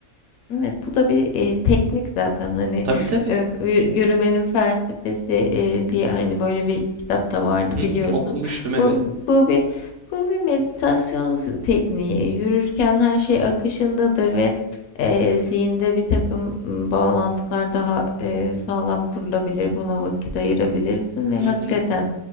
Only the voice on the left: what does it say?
Evet, bu da bir, eee, teknik zaten, hani,
eee, yü yürümenin felsefesi, eee, diye, hani, böyle bir kitap da vardı
biliyorsun.
Bu bu bir bu bir meditasyon z tekniği. Yürürken her şey akışındadır ve, eee, zihinde bir takım ımm, bağlantılar daha, eee, sağlam kurulabilir. Buna vakit ayırabilirsin ve
hakikaten,